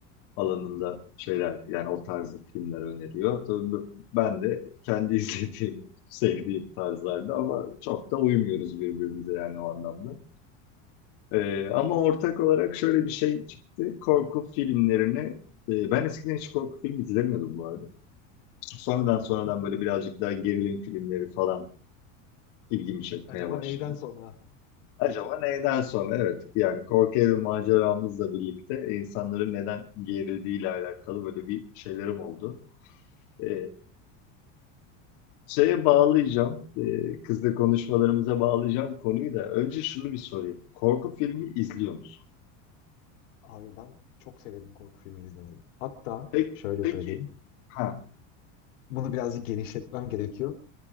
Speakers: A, on the left; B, on the left.
A: alanında şeyler, yani o tarzda filmler öneriyor. Tabii b- ben de kendi <laughs> izlediğim, sevdiğim tarzlarda ama çok da uymuyoruz birbirimize yani o anlamda. Ee, ama ortak olarak şöyle bir şey çıktı. Korku filmlerini, e, ben eskiden hiç korku filmi izlemiyordum bu arada. Sonradan
B: <laughs>
A: sonradan böyle birazcık daha gerilim filmleri falan ilgimi çekmeye
B: Acaba
A: başladı.
B: neyden sonra?
A: Acaba neyden sonra? Evet, yani korku evi maceramızla birlikte insanların neden gerildiğiyle alakalı böyle bir şeylerim oldu. Ee, şeye bağlayacağım, e, kızla konuşmalarımıza bağlayacağım konuyu da. Önce şunu bir sorayım. Korku filmi izliyor musun?
B: Abi ben çok severim korku filmi izlemeyi. Hatta
A: Peki,
B: şöyle
A: peki,
B: söyleyeyim.
A: ha.
B: Bunu birazcık genişletmem gerekiyor.